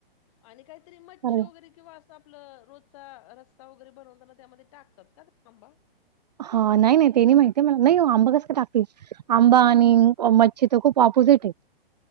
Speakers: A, on the left (about 35°); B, on the right (about 45°).
A: आणि काहीतरी मच्छी
B: कारण
A: वगैरे किंवा असं आपलं रोजचा रस्सा वगैरे बनवताना त्यामध्ये टाकतात का आंबा.
B: हा. नाही नाही ते नाही माहिती मला. नाही ओ आंबा कसं काय टाकतील. आंबा आणि मच्छी तर खूप ऑपोजिट आहे.